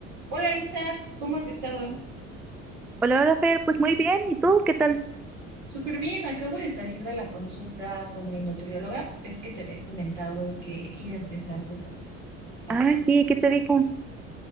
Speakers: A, on the right; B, in the centre.
A: Hola Isa, ¿cómo has estado?
B: Hola, hola Fer, pues muy bien, ¿y tú qué tal?
A: Súper bien, acabo de salir de la consulta con mi nutrióloga. Ves que te había comentado que iba a empezar como a
B: Ah,
A: buscar.
B: sí, ¿qué te dijo? Ujú.